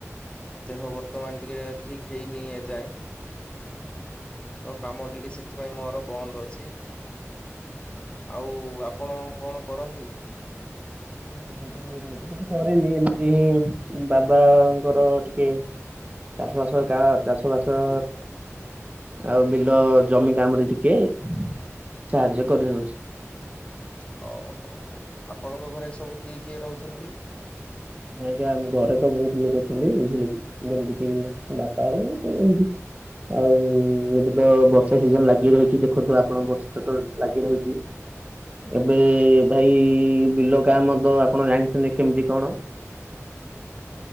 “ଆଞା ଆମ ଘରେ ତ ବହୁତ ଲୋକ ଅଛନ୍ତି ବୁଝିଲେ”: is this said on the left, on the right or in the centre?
Right